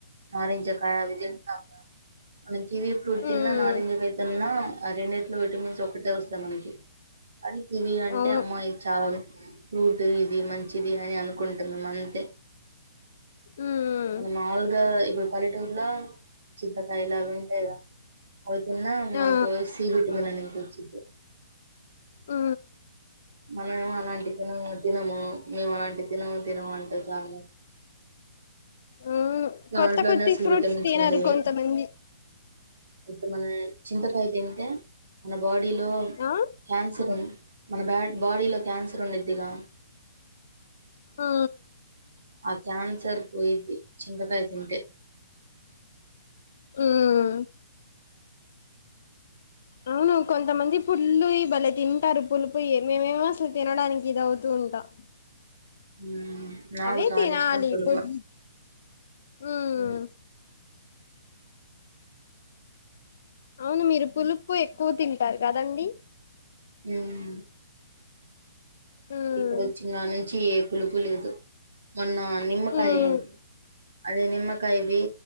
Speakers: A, on the right; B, on the left.
A: ఆరెంజకాయ అవి తింటాగా మనం కివి ఫ్రూట్
B: మ్మ్
A: తిన్నా ఆరేంజ్ తిన్నా ఆ రెండిటిలో విటమిన్స్ ఒక్కటే వస్తది మనకి అది కివి అంటే
B: అవును
A: అమ్మో ఇది చాలా ఫ్రూట్ ఇది మంచిది అని అనుకుంటునం అంతే
B: మ్మ్
A: మన మాముూలుగా ఇప్పుడు పల్లెటూరులో చింతకాయలు అవి ఉంటాయిగా అవి తిన్నా మనకు
B: ఆ
A: సి విటమిన్ అనేది వచ్చిది
B: ఉ
A: మనం అలాంటి తినము తినము మేము అలాంటి తినము తినము అంటే చాలా
B: ఆ
A: దాంట్లోనే
B: కొత్త కొత్తి
A: అసలు
B: ఫ్రూట్స్
A: విటమిన్స్
B: తినర్కుంత
A: ఉండేవి
B: మంది
A: ఇప్పుడు మన చింతకాయ తింటే మన బాడీలో
B: ఆ
A: క్యాన్సర్ ఉ మన బా బాడీలో క్యాన్సర్ ఉండుద్దిగా
B: ఆ
A: ఆ క్యాన్సర్ పోయిద్ది చింతకాయ తింటే
B: ఉ అవును కొంతమంది పుల్లు ఇ బలే తింటారు పులుపుయి మిమేమో అసలు తినడానికి ఇది అవుతూ ఉంటాం
A: ఊ నాకు
B: అవే
A: చాల
B: తినాలి
A: ఇష్టం పులుపు
B: పుల్ ఉమ్
A: అ
B: అవును మీరు పులుపు ఎక్కువ తింటారు గదండి
A: ఉమ్
B: ఉమ్
A: ఇక్కడ వచ్చిన నుంచి ఏ పులుపు లేదు మొన్నా నిమ్మకాయె
B: ఉమ్
A: అదే నిమ్మకాయవి